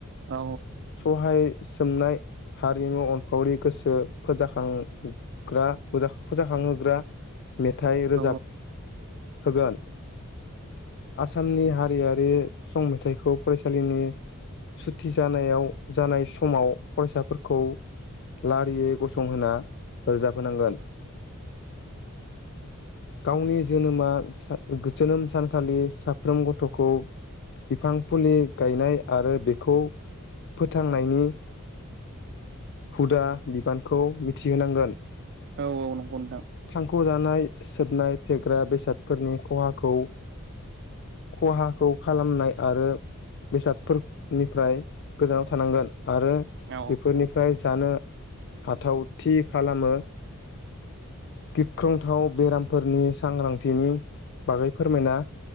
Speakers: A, on the right; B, on the left.
A: औ
B: सहाय सोमनाय हारिमु अनफावरि गोसो फोजाखांग्रा फोजाखांहोग्रा मेथाइ रोजाब
A: औ
B: होगोन आसामनि हारिया बे‌ संमेथाइखौ फरायसालिनि सुथि जा नायाव‌ जानाय समाव फरायसाफोरखौ लारियै गसंहोना रोजाबहोनांगोन गावनि जोनोमा जोनोम सानखालि साफ्रोम गथ'खौ बिफां फुलि गायनाय आरो बेखौ फोथांनायनि हुदा बिबानखौ मिथिहोनांगोन।
A: औ औ नंगौ नोंथां
B: थांखु जानाय सोबनाय फेग्रा बेसादफोरनि खहा खौ खहाखौ खालामनाय आरो बेसादफोरनिफ्राय गोजानाव थानांगोन आरो
A: औ नंगौ नोंथां औ नंगौ नोंथां औ
B: बेफोरनिफ्राय जानो हाथाव थि खालामो गिख्रंथाव बेरामफोरनि सांग्रांथिनि बागै फोरमायना